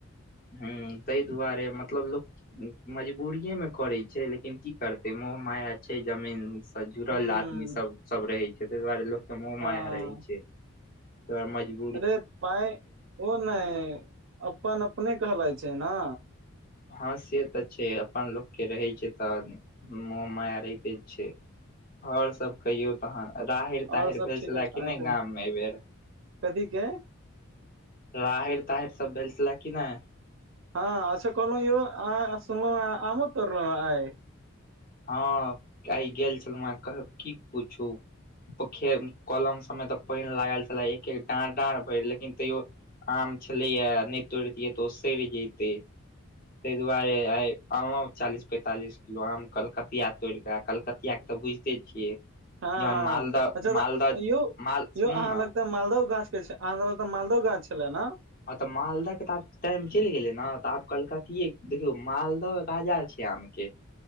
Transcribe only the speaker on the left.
हूँ तहि दुआरे मतलब लोक मजबूरिे मे करै छै लेकिन की करतै मोह माया छै जमीन से जुड़ल
आदमी सब सब रहे छै ताहि दुआरे लोकके मोह
माया रहै छै तऽ मजबुरी
हँ से तऽ छै अपन लोकके रहै छै तऽ मुह माया रहिते छै आओर सब कहियौ तहन राहिर ताहिर
भेल
छलए
कि नहि
गाममे एहिबेर
रहैर ताहिर सब भेलेल छले कि नहि
हँ गेल छलहुँ कह की पूछू पोखे कलम सबमे तऽ पान लागल छलै एक एक डाँढ़ डाँढ़ भेल लेकिन तैयो आम छलैय नहि तोरतियै तऽ ओ सड़ि जेतै ताहि दुआरे आइ अनलहुँ चालीस पैंतालिस किलो आम कलकतिया तोड़ के कलकतिया के तऽ बुझ छियै जहन
मालदह
मालदह
माल
सुनू
ने
हँ तऽ मालदह के तऽ आब टाइम चलि गेलै ने तऽ आब कलकतिये देखियौ मालदह राजा छै आमे